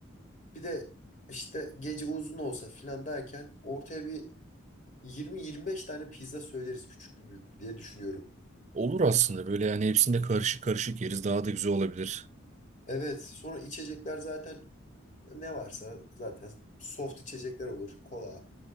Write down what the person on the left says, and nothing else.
bir de işte gece uzun olsa filan derken ortaya bir yirmi yirmi beş tane pizza söyleriz küçüklü büyüklü diye düşünüyorum.
Evet, sonra içecekler zaten Ya Ne varsa zaten soft içecekler olur. Kola,